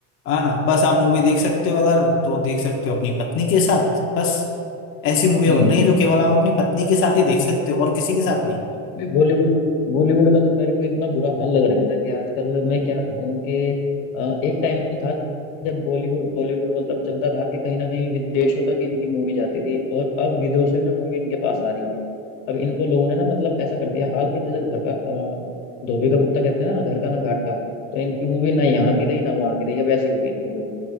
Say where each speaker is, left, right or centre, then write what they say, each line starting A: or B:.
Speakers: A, on the left (about 30°); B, on the left (about 75°).
A: है ना बस आप मूवी देख सकते हो अगर तो देख सकते हो अपनी पत्नी के साथ बस ऐसी मूवियां
B: हम्म
A: बन रही हैं जो केवल आप अपनी पत्नी के साथ ही देख सकते हो और किसी के साथ नहीं
B: भाई बॉलीवुड बॉलीवुड का तो मेरे को इतना बुरा हाल लग रहा है ना कि आजकल मैं क्या कहूँ कि अ, एक टाइम था जब बॉलीवुड बॉलीवुड मतलब चलता था कि कहीं ना कहीं विदेशों तक इनकी मूवी जाती थी और अब विदेशों से मूवी इनके पास आ रही है अब इनको लोगों ने ना मतलब ऐसा कर दिया हाल कि जैसे घर का अ, धोबी का कुत्ता कहते हैं ना घर का ना घाट का तो इनकी मूवी ना यहाँ की रही ना वहाँ की रही अब ऐसी होगी इनकी मूवी